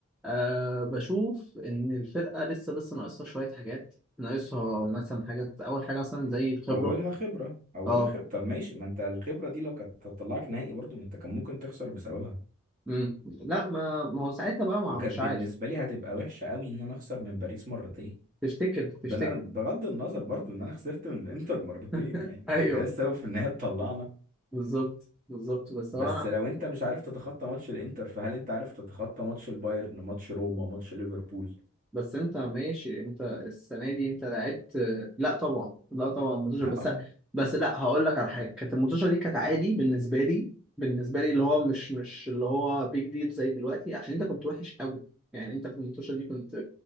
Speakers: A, in the centre; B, on the right (about 35°).
A: أه بشوف ان الفرقه لسه بس ناقصها شويه حاجات ناقصها مثلا حاجات اول حاجه مثلا زي الخبره
B: اولها خبرة اولها
A: اه
B: خبرة طب ماشي ما انت الخبرة دي لو كانت هتطلعك نهائي برضو ما انت كان ممكن تخسر بسببها
A: امم لا ما ما هو ساعتها بقى ما
B: وكانت
A: مش عارف
B: بالنسبة لي هتبقى وحشة قوي ان انا اخسر من باريس مرتين
A: تفتكر
B: بن-
A: تفتكر
B: بغض النظر برضو ان انا خسرت من الانتر مرتين
A: <laughs>
B: يعني
A: ايوه
B: وكانت هي السبب في ان هي تطلعنا
A: بالظبط بالظبط بس
B: بس
A: هو انا
B: لو انت مش عارف تتخطى ماتش الانتر فهل انت عارف تتخطى ماتش البايرن ماتش روما ماتش ليفربول
A: بس انت ماشي انت السنه دي انت لعبت لا طبعا لا طبعا الماتشة
B: لا
A: بس
B: طبعا
A: بس لا هقول لك على حاجه كانت الماتشة دي كانت عادي بالنسبه لي بالنسبه لي اللي هو مش مش اللي هو بيج ديل زي دلوقتي عشان انت كنت وحش قوي يعني انت في الماتشة دي كنت